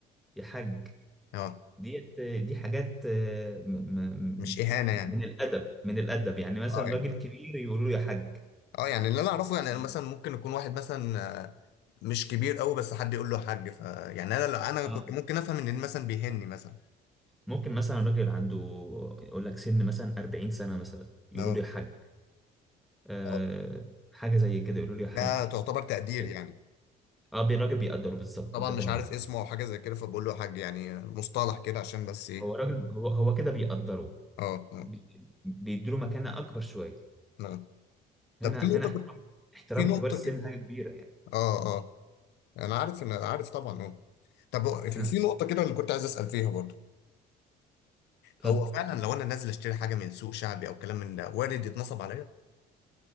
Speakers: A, in the centre; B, on the left.
A: يا حاج
B: اه
A: ديت آه، دي حاجات آه، م- م-
B: مش اهانة يعني
A: م- من الادب من الادب يعني مثلا
B: اه يعني
A: راجل كبير يقول له يا حاج
B: اه يعني اللي انا اعرفه يعني أنا
A: آه،
B: مثلا ممكن يكون واحد مثلا آه، مش كبير قوي بس حد يقول له حاج ف يعني انا لا انا
A: آه.
B: كنت ممكن افهم ان مثلا بيهني مثلا
A: ممكن مثلا راجل عنده يقول لك سن مثلا 40 سنة مثلا يقولوا
B: اه
A: له يا حاج أه
B: آه،
A: حاجة زي كده يقولوا له يا
B: ده
A: حاج
B: تعتبر تقدير
A: كده
B: يعني
A: اه بي- الراجل بيقدره بالظبط
B: طبعا
A: انت
B: مش
A: فاهم
B: عارف
A: اهو
B: اسمه او حاجه زي كده فبقول له يا حاج يعني مصطلح كده عشان بس ايه
A: هو راجل هو هو كده بيقدره
B: اه آه،
A: بي- بيديله مكانة أكبر شوية
B: نعم طب
A: هنا
B: في نقطه
A: هنا احترام
B: كنت
A: احترام
B: في نقطه
A: كبار السن
B: كده
A: حاجة كبيرة يعني
B: اه اه انا عارف ان عارف طبعا اه طب هو في
A: ها
B: في نقطه كده اللي كنت عايز اسال فيها برضه
A: اتفضل
B: هو فعلا لو انا نازل اشتري حاجه من سوق شعبي او كلام من ده وارد يتنصب عليا